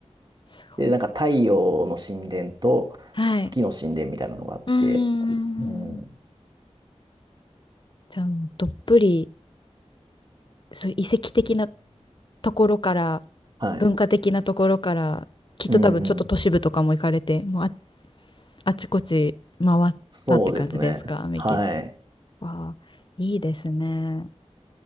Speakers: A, on the left (about 45°); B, on the right (about 40°).
A: すご
B: で、なんか太陽の神殿と月の神殿みたいなのがあって、
A: い。はい。うーん
B: うん、
A: じゃあもうどっぷりそういう遺跡的なところから
B: はい、
A: 文化的なところからきっと多分ちょっと都市部とかも行かれてもうあ、
B: うん、うん、
A: あちこち回ったって感じですかメキシ
B: そうですね。はい。
A: コわあいいですね。メ